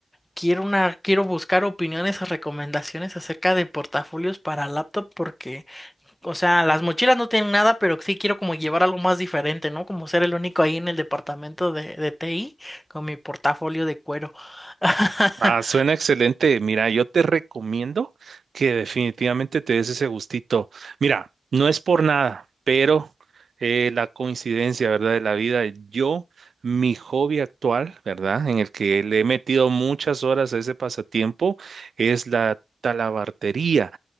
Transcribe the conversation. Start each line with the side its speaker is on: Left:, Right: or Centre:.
Left: quiero una, quiero buscar opiniones o recomendaciones acerca de portafolios para laptop porque, o sea, las mochilas no tienen nada, pero sí quiero como llevar algo más diferente, ¿no? Como ser el único ahí en el departamento de, de TI con mi portafolio de cuero. <laughs>
Right: Ah, suena excelente. Mira, yo te recomiendo que definitivamente te des ese gustito. Mira, no es por nada, pero eh, la coincidencia, ¿verdad? De la vida, yo, mi hobby actual, ¿verdad? En el que le he metido muchas horas a ese pasatiempo, es la talabartería.